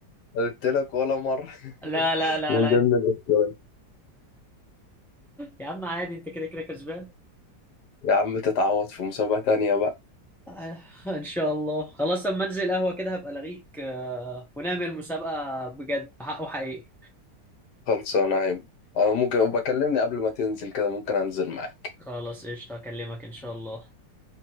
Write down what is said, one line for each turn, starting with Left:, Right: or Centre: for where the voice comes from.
Left: قلت لك ولا مرة <laughs>
Centre: لا لا لا
Left: من
Centre: لا
Left: ضمن الاختيارات
Centre: يا عم عادي انت كده كده كسبان
Left: يا عم تتعوض في مسابقة تانية بقى
Centre: آه، ان شاء الله خلاص لما انزل قهوة كده هبقى الغيك آه، ونعمل مسابقة بجد حق وحقيقي
Left: خلصانة يا عم. انا ممكن بكلمني قبل ما تنزل كده ممكن انزل معاك
Centre: خلاص قشطة اكلمك ان شاء الله